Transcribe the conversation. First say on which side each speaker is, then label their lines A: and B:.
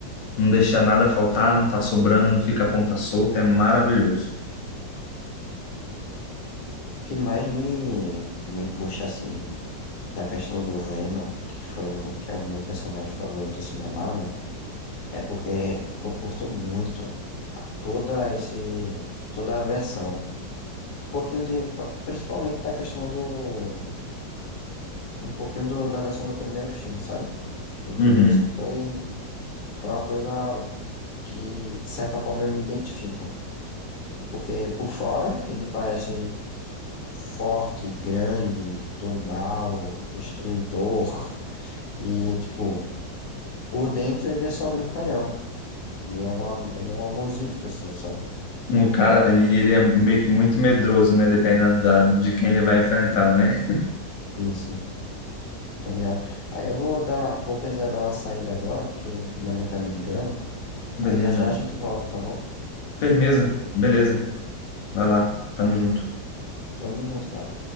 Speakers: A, on the left; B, on the left.
A: Não deixa nada faltar, não tá sobrando, não fica a ponta solta, é maravilhoso.
B: O que mais me, me puxa, assim, da questão do Venom, que foi o, que é o meu personagem favorito, assim, da Marvel, é porque eu curto muito toda esse, toda a versão. Um pouquinho de, principalmente da questão do, um pouquinho do, da versão do primeiro filme, sabe? de tudo
A: Uhum.
B: isso foi, foi uma coisa que, de certa forma, eu me identifico. Porque por fora ele parece forte, grande, do mal, destruidor. E, tipo, por dentro ele é só brincalhão. Ele é um, am- ele é um amorzinho de pessoa, sabe?
A: Um cara, e ele é meio que muito medroso, né? Dependendo da, de quem ele vai enfrentar, né?
B: Isso, tá ligado? Aí eu vou dar, vou precisar dar uma saída agora, porque minha mãe tá me ligando.
A: Beleza.
B: Aí já já a gente volta, tá bom?
A: Firmeza. Beleza. Vai lá. Tamo junto.
B: Tamo junto, cara.